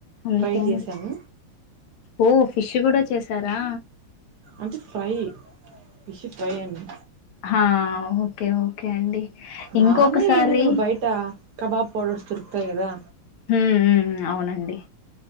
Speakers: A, on the left; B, on the right.
A: అంతే
B: ట్రై
A: అండి
B: చేశాను
A: ఓ ఫిష్ కూడా చేసారా
B: అంటే ఫ్రై ఫిష్ ఫ్రై అండి
A: హ ఓకే ఓకే అండి
B: నార్మల్
A: ఇంకొకసారి
B: ఏముంది ఇప్పుడు బయట కబాబ్ పౌడర్స్ దొరుకుతాయి కదా
A: హ్మ్ హ్మ్ అవునండి